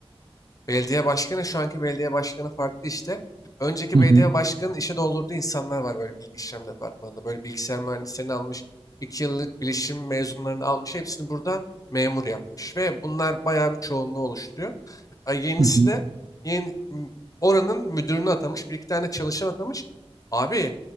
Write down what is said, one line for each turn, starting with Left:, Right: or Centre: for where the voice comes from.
Left: belediye başkanı şu anki belediye başkanı farklı işte. Önceki
Right: Hı
Left: belediye
Right: hı.
Left: başkanının işe doldurduğu insanlar var böyle bilgi işlem departmanında. Böyle bilgisayar mühendislerini almış, iki yıllık bilişim mezunlarını almış. Hepsini burada memur yapmış ve bunlar bayağı bir çoğunluğu oluşturuyor. A, yenisi
Right: Hı hı.
Left: de yeni, m- oranın müdürünü atamış, bir iki tane çalışan atamış. Abi